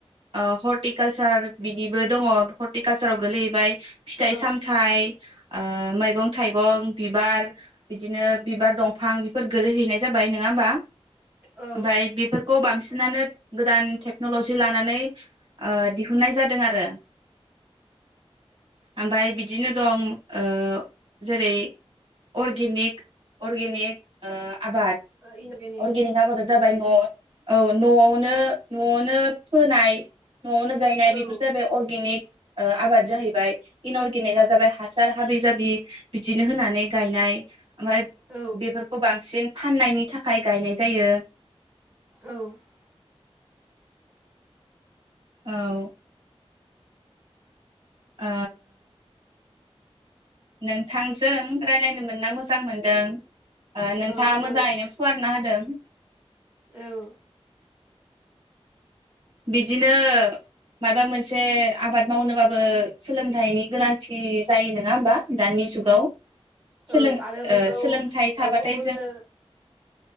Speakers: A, on the right; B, on the right.
A: ओ हर्टिकालसार बिनिबो दङ हर्टिकालसाराव गोलैहैबाय फिथाइ
B: औ
A: सामथाइ ओ मैगं थाइगं बिबार बिदिनो बिबार दंफां बेफोर गोलैहैनाय जाबाय न नङा होमबा
B: औ
A: ओमफ्राय बेफोरखौ बांसिनानो गोदान टेक्नलजि लानानै ओ दिहुननाय जादों आरो ओमफ्राय बिदिनो दं ओ जेरै अरगेनिक अरगेनिक ओ आबाद।
B: ओ इनभेनिग।
A: अर्गेनिक आबादा जाबाय न औ नआवनो नआवनो फोनाय नआवनो गायनाय बेफोर
B: औ
A: जाबाय अरगेनिक ओ आबाद जाहैबाय इन अरगेनिकआ जाबाय हासार हाबि जाबि बिदिनो होनानै गायनाय ओमफ्राय
B: औ
A: बेफोरखौ बांसिन फाननायनि थाखाय थाखाइ गायनाय जायो।
B: औ
A: औ। ओ। नोंथांजों रायलायनो मोनना मोजां मोनदों। ओ नोंथाङा
B: आंबो
A: मोजाङैनो
B: औ
A: फुवारना होद दों।
B: औ
A: बिदिनो माबा मोनसे आबाद मावनोबाबो सोलोंथाइनि गोनांथि जायो नङा होमबा दानि जुगाव। सोलों
B: औ आरो बेखौ
A: ओ सोलोंथाइ थाबाथाय
B: ओ गुबुननो
A: जों